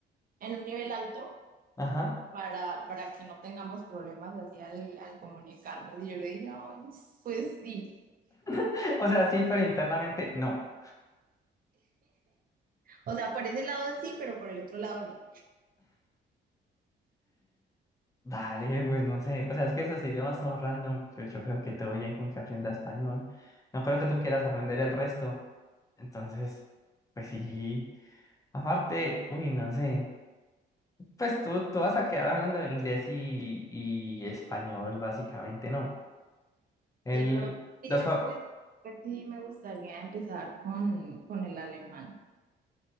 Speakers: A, on the right; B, on the left.
A: en un nivel alto.
B: Ajá.
A: para, para que no tengamos problemas así al, al comunicarnos. Y yo le dije, ay, pues sí.
B: <laughs> O sea, sí, pero internamente no.
A: O sea, por ese lado sí, pero por el otro lado no.
B: Dale, pues no sé. O sea, es que esos idiomas son random. Yo, yo creo que todo bien con que aprenda español. No creo que tú quieras aprender el resto. Entonces, pues sí. Aparte, uy, no sé. Pues tú, tú vas a quedar hablando inglés y, y español, básicamente, ¿no? El,
A: Sí, pero sí
B: los pa-
A: después, pues sí, me gustaría empezar con, con el alemán.